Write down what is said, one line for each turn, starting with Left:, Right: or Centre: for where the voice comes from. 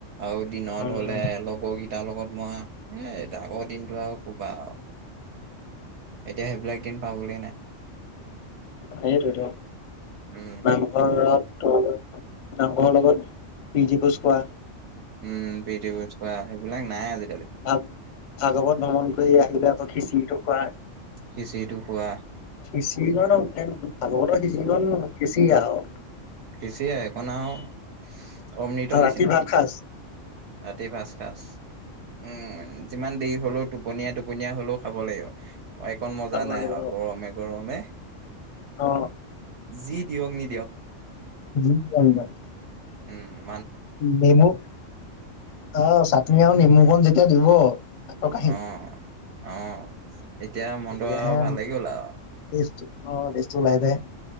Right: আৰু দিনত
Left: উম।
Right: হলে লগৰকেইটাৰ লগত মই এ আগৰ দিনটো আৰু কোবা আৰু এতিয়া সেইবিলাক দিন পাবলৈ নাই
Left: সেইটোতো
Right: উম
Left: নামঘৰত নামঘৰৰ লগত বিজিভোজ খোৱা
Right: উম বিট পঠোৱা সেইবিলাক নাই আজি
Left: ভাগ ভাগৱত ভ্ৰমণ কৰি আহিলে আকৌ খিচিৰিটো খোৱাৰ
Right: সিচিটো কোৱা
Left: সিঁচিৰিজন ভাগৱতৰ সিঁচিৰিজন সিঁচি আহ
Right: খিচিৰি একোন আৰু অমৃত
Left: আৰু
Right: নিচিনা
Left: ৰাতি ভাত সাজ
Right: ৰাতি ভাত খাজ উম যিমান দেৰি হলেও টোপনীয়া টোপনীয়া হলেও খাব লাগিব অ' এইকণ মজা
Left: খাব
Right: নাই
Left: লাগিব
Right: আৰু গৰমে গৰমে
Left: অ।
Right: যি দিয়ক নিদিয়ক
Left: বি ন
Right: উম উ
Left: নেমু আহ চাটনি আৰু নেমু কন যেতিয়া দিব কাহ
Right: অ', অ' এতিয়া মনটো
Left: তেতিয়াহে
Right: আৰু ভাল লাগি গ'ল আৰু
Left: টেষ্ট অ টেষ্টটো ওলাই যায়
Right: উ